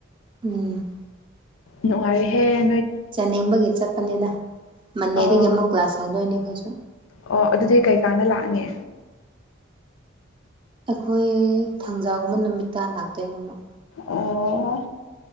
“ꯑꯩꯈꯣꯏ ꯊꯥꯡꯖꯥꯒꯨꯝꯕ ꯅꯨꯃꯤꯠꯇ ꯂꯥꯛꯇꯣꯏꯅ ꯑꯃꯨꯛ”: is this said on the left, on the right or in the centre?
Right